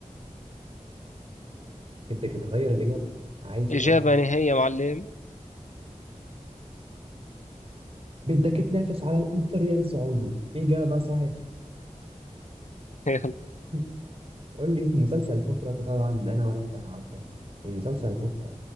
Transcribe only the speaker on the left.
إجابة
نهائية يا معلم
<laughs> يلا